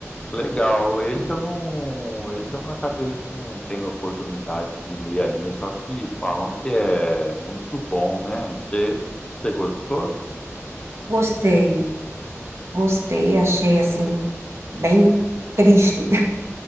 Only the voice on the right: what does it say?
Gostei. Gostei, achei assim, bem triste.